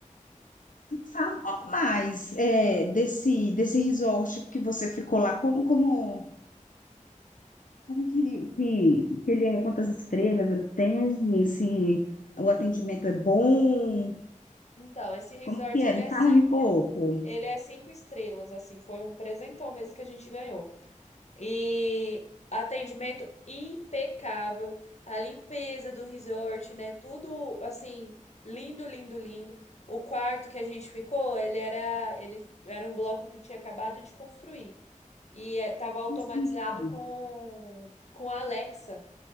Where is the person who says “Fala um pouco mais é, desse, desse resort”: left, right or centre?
Left